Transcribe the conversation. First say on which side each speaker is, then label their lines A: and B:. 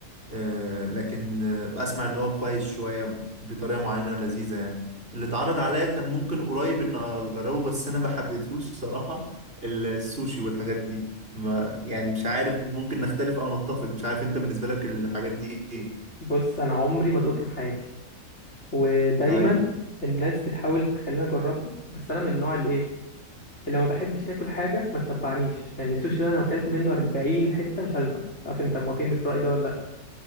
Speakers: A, on the right; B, on the left.
A: آه، لكن آه، اسمع اللي هو كويس شويه بطريقه معينه لذيذه يعني اللي اتعرض عليا كان ممكن قريب ان اجربه بس انا ما حبيتهوش صراحه السوشي والحاجات دي ما يعني مش عارف ممكن نختلف او نتفق مش عارف انت بالنسبه لك الحاجات دي ايه
B: بص انا عمري ما دقته في حياتي ودايما
A: طيب
B: الناس بتحاول تخليني اجربه بس انا من النوع اللي ايه اللي ما بحبش اكل حاجه ما تشبعنيش يعني السوشي ده انا اكلت منه 40 حته مش هشبع عارف انت موافقني في الراي ده ولا لا